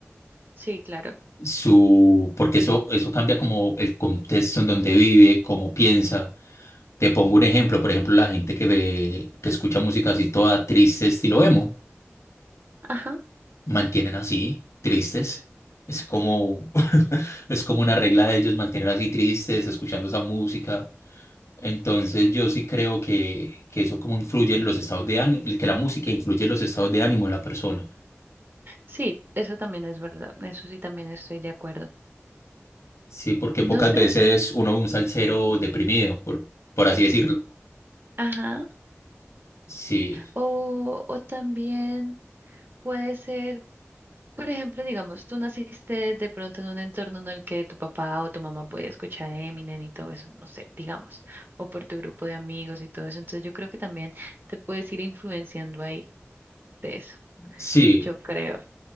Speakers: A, on the right; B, on the left.
A: Sí, claro.
B: Su, porque eso, eso cambia como el contexto en donde vive, cómo piensa. Te pongo un ejemplo, por ejemplo, la gente que ve, que escucha música así toda triste, estilo emo.
A: Ajá.
B: mantienen así, tristes. Es como, <laughs> es como una regla de ellos mantener así tristes, escuchando esa música. Entonces yo sí creo que, que eso como influye en los estados de ánimo, que la música influye en los estados de ánimo de la persona.
A: Sí, eso también es verdad. Eso sí, también estoy de acuerdo.
B: Sí, porque pocas
A: No sé,
B: veces
A: p-
B: uno ve un salsero deprimido, por, por así decirlo.
A: ajá.
B: Sí,
A: O, o también. Puede ser, por ejemplo, digamos, tú naciste de pronto en un entorno en el que tu papá o tu mamá podía escuchar Eminem y todo eso, no sé, digamos, o por tu grupo de amigos y todo eso. Entonces yo creo que también te puedes ir influenciando ahí de eso,
B: sí,
A: yo creo.